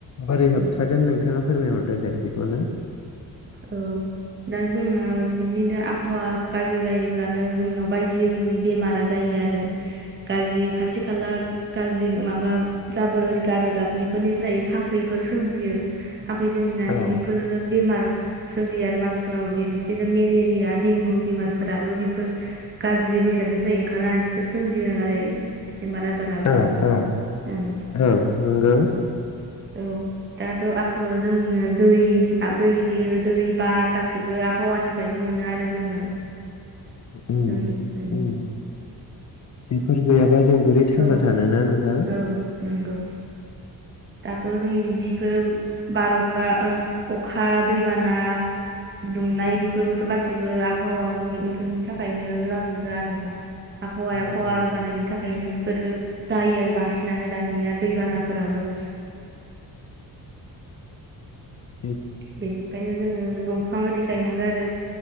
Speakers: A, on the left (about 45°); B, on the right (about 30°).
A: बोरै होबथागोन
B: उम
A: नोंथाङा फोरमायहरदो दे बेखौनो
B: औ दा जोंना बिदिनो आबहावा गाज्रि जायोब्लानो जोंनाव बायदि रोखोमनि बेमारा जायो आरो गाज्रि खाथि खाला गाज्रि माबा जाबोर ओरि गारोब्लासो बेफोरनिफ्राय थाम्फैफोर सोमजियो थाम्फै सोमजिनानै
A: औ
B: बेफोरो बेमार सोमजियो आरो मानसिफोर बिदिनो मेलेरिया देंगु बेमारफोराबो बेफोर गाज्रि बैसादनिफ्राय ओंखारनानैसो सोमजियो नालाय बेमार आजाराबो
A: औ
B: उम
A: औ नंगौ
B: औ दाथ' आबहावाया जोंनो दै दै होयो दै बार गासैबो आबहावानिफ्रायनो मोनो आरो जोङो
A: उम
B: उ उ
A: उम बेफोर गैयाबा जों बोरै थांना
B: औ
A: थानोना नोंथां
B: औ नंगौ दाथ' जोंनि बिफोर बार अखा अखा दैबाना दुंनाय बेफोरबोथ' गासैबो आबहावा गुबुंले बेफोरनि थाखायनो जाजोबदों आरोना आबहावाया
A: औ
B: खहा
A: औ
B: जानायनि थाखाय ओंखायनो बेफोर जायो आरो बांसिनानो दानिया दैबानाफोराबो
A: औ
B: बेनिखायनो जोङो दंफां आरि गायनांगौ आरो